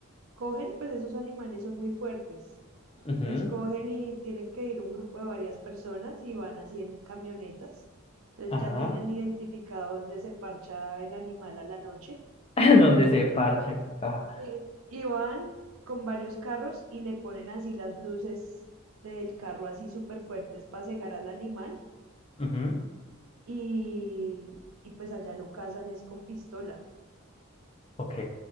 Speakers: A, on the right (about 85°); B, on the left (about 25°).
A: Cogen, pues esos animales son muy fuertes.
B: Ujú,
A: Entonces cogen y tienen que ir un grupo de varias personas y van así en camionetas. Entonces
B: Ajá.
A: ya tienen identificado dónde se parcha el animal a la noche.
B: <laughs> Donde se parcha, qué caja.
A: Sí. Y van con varios carros y le ponen así las luces del carro así súper fuertes para cegar al animal
B: Ujú,
A: y, y pues allá lo cazan es con pistola.
B: Ok.